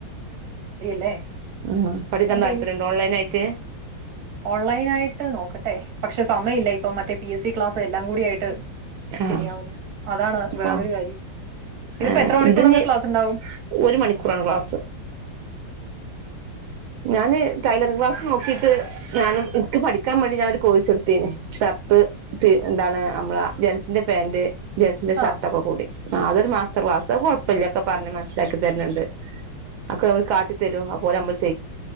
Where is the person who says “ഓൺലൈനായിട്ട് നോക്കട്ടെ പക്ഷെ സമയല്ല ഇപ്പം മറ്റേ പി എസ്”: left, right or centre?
Right